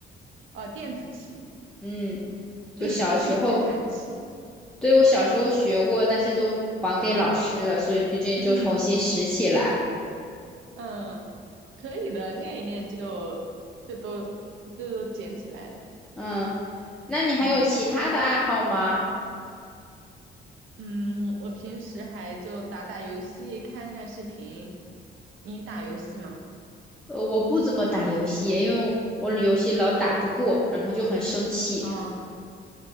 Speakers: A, on the right; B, in the centre.
A: 哦，电子琴。
B: 嗯，就小时候。
A: 嗯，那你会弹琴？
B: 对，我小时候学过，但是都还给老师了，所以最近就重新拾起来。
A: 嗯嗯，可以的，练一练就就都都都捡起来了。
B: 嗯，那你还有其他的爱好吗？
A: 嗯嗯，我平时还就打打游戏，看看视频。你打游戏吗？
B: 呃，我不怎么打游戏，因为我我游戏老打不过，然后就很生气。
A: 啊